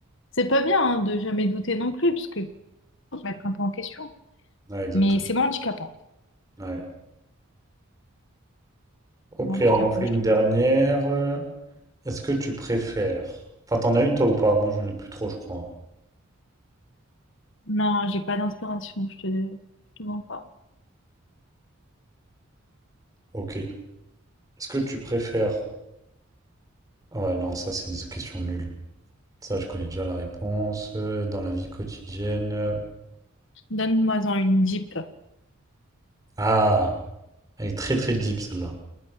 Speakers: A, on the left; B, on the right.
A: C'est pas bien, hein, de jamais douter non plus, parce que faut se mettre un peu en question.
B: Ouais, exactement.
A: Mais c'est moins handicapant.
B: Ouais. Ok,
A: C'est moins handicapant,
B: on en fait une
A: je trouve.
B: dernière. Est-ce que tu préfères... Enfin, t'en as une toi ou pas? Moi, j'en ai plus trop, je crois. hein.
A: Non, j'ai pas d'inspiration, je te, je te mens pas.
B: Ok. Est-ce que tu préfères... Ah Ouais, non, ça, c'est des questions nulles. Ça, je connais déjà la réponse. Euh, Dans la vie quotidienne... euh,
A: Donne-moi-en une deep.
B: Ah, elle est très, très deep, celle-là.